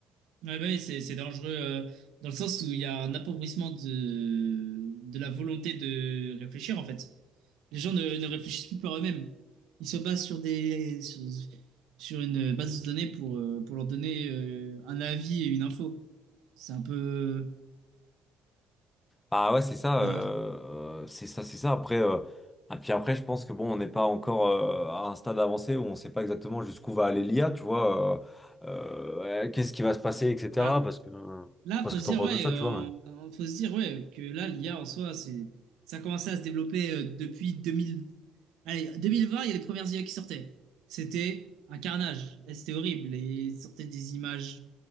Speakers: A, on the right; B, on the left.
A: Ouais, bah oui, c'est, c'est dangereux euh, dans le sens où il y a un appauvrissement de, de la volonté de réfléchir, en fait. Les gens ne, ne réfléchissent plus par eux-mêmes. Ils se basent sur des, sur, sur une base de données pour, euh, pour leur donner euh, un avis et une info. C'est un peu...
B: Ah ouais, c'est ça,
A: Voilà.
B: euh, euh, c'est ça, c'est ça. Après, euh, ah, puis après, je pense que bon, on n'est pas encore euh, à un stade avancé où on ne sait pas exactement jusqu'où va aller l'IA, tu vois, euh, euh, ouais, qu'est-ce qui va se passer, etc.
A: Bah,
B: Parce que,
A: Là,
B: parce
A: faut
B: que
A: se
B: t'en
A: dire,
B: penses
A: ouais,
B: de ça,
A: euh,
B: tu vois, mais.
A: on- faut se dire, ouais, que là, l'IA en soi, c'est, ça a commencé à se développer euh, depuis 2000. Allez, 2020, il y a les premières IA qui sortaient. C'était un carnage, Et c'était horrible. Et ils sortaient des images